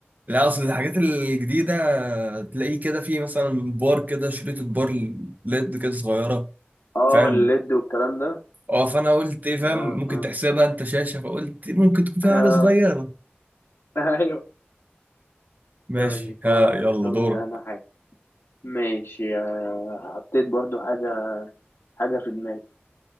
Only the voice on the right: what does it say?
لا اصل الحاجات الجديده تلاقيه كده في مثلا بار كده شريط بار ليد كده صغيره
فاهم
اه فانا قلت ايه فاهم
ممكن تحسبها
انت شاشه فقلت ممكن تكون فيها
حاجه صغيره
ماشي
ها
يلا
دورك